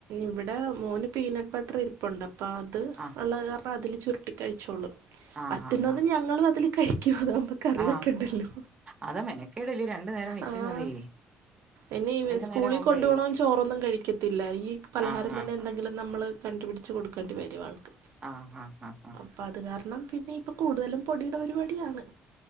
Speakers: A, on the right; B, on the right.
A: ഇവിടെ മോന് പീനട്ട് ബട്ടർ ഇരിപ്പുണ്ട് അപ്പാത്
B: ആ,
A: ഉള്ള കാരണം പ്പൊ അതില് ചുരുട്ടി കഴിച്ചോളും
B: ആ,
A: പറ്റുന്നതും
B: ആ, ആ.
A: ഞങ്ങളും അതില് കഴിക്കു പ്പക്കറി
B: ആ,
A: വക്കണ്ടല്ലോ
B: അതാ മെനക്കേടല്ലേ നേരം വെക്കുന്നതേ.
A: ആഹ് എനീ സ്കൂളിൽ
B: നേരം ആവുമ്പഴേ.
A: കൊണ്ടോണോൻ ചോറൊന്നും കഴിക്കത്തില്ല ഈ പലഹാരം
B: ആ, ആ,
A: തന്നെ എന്തെങ്കിലും
B: ആ.
A: നമ്മള് കണ്ടുപിടിച്ച് കൊടുക്കേണ്ടി വരും ആൾക്ക്
B: ആഹ് ആഹ് ആഹ് ആഹ്
A: അപ്പൊ അത് കാരണം പിന്നെ ഇപ്പൊ കൂടുതലും പൊടിയുടെ പരിപാടിയാണ്